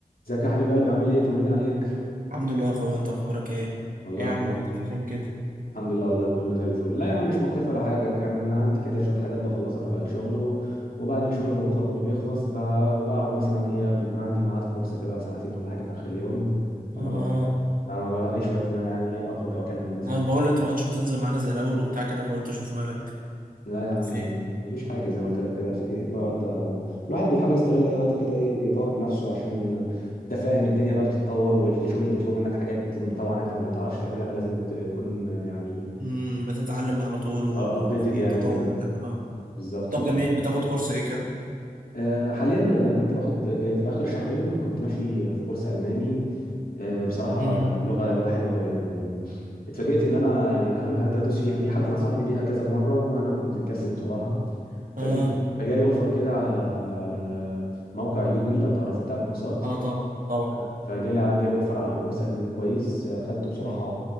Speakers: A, on the left; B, on the right.
A: ازيك يا حبيب قلبي عامل ايه طمني عليك
B: الحمد لله يا اخويا انت اخبارك ايه
A: والله
B: إيه يا
A: كله
B: عم مختفي فين كده
A: الحمد لله والله كله زي الفل لا يا عم مش مختفي ولا حاجه كان عندي كده شويه حاجات بخلصها تبع الشغل و... وبعد الشغل
B: مم.
A: ما بخلص ما بيخلص ب... بقعد مثلا ايه بيكون عندي ميعاد كورس كده ساعتين ولا حاجه في اخر اليوم فما
B: اه
A: ب... فما بلاقيش وقت ان انا يعني إيه اخرج او اكلم الناس
B: انا
A: او
B: بقول انت ما كنتش بتنزل معانا زي الاول وبتاع كده فقلت اشوف مالك
A: لا يا عم
B: فين
A: والله مفيش حاجة زي ما قلت لك كده في ايه بقعد آه، الواحد بيحاول يستغل اي وقت كده ايه يطور من نفسه عشان آه، انت فاهم الدنيا بقى بتتطور والشغل بيطلب منك حاجات طبعا انت ما تعرفش تعملها فلازم تكون آه، يعني
B: امم بتتعلم على طول وفي
A: ابديتد يعني
B: تطور
A: وكده
B: كده اه
A: بالظبط
B: طب
A: آه.
B: جميل بتاخد كورس ايه كده
A: آه، حاليا آه، كنت باخد في, في اخر شهرين كنت ماشي في كورس الماني آه، بصراحة
B: امم
A: لغة لغة حلوة قوي يعني اتفاجئت ان انا يعني هم- هبدا ادوس فيها في حد نصحني بيها كذا مره وانا كنت مكسل بصراحه
B: اه
A: ففي فجالي اوفر كده على على موقع يودمي لو تعرفه بتاع الكورسات
B: اه طبعا طبعا
A: ف- فجالي جالي اوفر على كورس الماني كويس خدته بصراحه
B: مم.